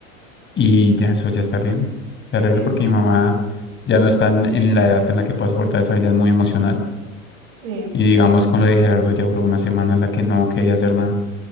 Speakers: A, on the left; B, on the right.
A: y ya eso ya es terrible, terrible
B: sí,
A: porque
B: o sea,
A: mi mamá ya no está en en la edad en la que pueda soportar eso, ella es muy emocional
B: bien,
A: y digamos con lo de Gerardo ya duró una semana en la que no quería hacer nada.